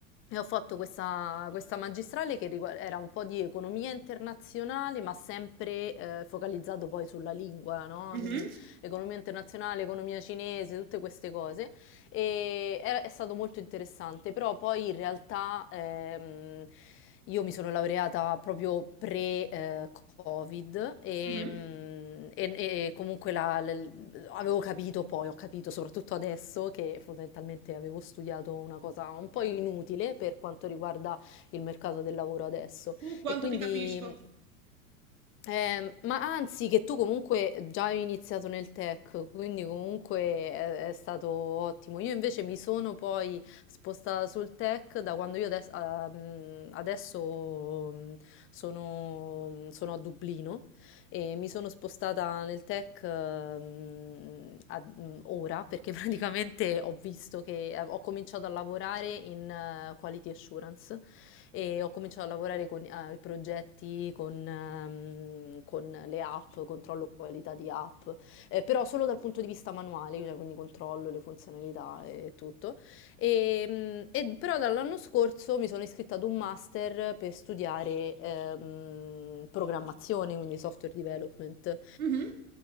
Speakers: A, on the left (about 30°); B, on the right (about 80°).
A: E ho fatto questa, questa magistrale che rigua- era un po' di economia internazionale, ma sempre eh, focalizzato poi sulla lingua, no?
B: mhm,
A: Quindi economia internazionale, economia cinese, tutte queste cose. E era- è stato molto interessante, però poi in realtà ehm, io mi sono laureata proprio pre-Covid e,
B: mhm.
A: mm, e- e comunque la- l- avevo capito poi, ho capito soprattutto adesso che fondamentalmente avevo studiato una cosa un po' inutile per quanto riguarda il mercato del lavoro adesso.
B: Tu quanto
A: E quindi
B: ti capisco.
A: eh, ma anzi, che tu comunque già hai iniziato nel tech, quindi comunque è, è stato ottimo. Io invece mi sono poi spostata sul tech da quando io ades- ah, mm, adesso mm, sono, mm, sono a Dublino e mi sono spostata nel tech mm, a- mm, ora perché <laughs> praticamente ho visto che eh, ho cominciato a lavorare in eh, quality assurance e ho cominciato a lavorare con eh, i progetti, con, ehm, con le app, controllo qualità di app, eh, però solo dal punto di vista manuale, cioè, quindi controllo le funzionalità e tutto. E, mm, e però dall'anno scorso mi sono iscritta ad un master per studiare ehm, programmazione, quindi software development.
B: Mhm.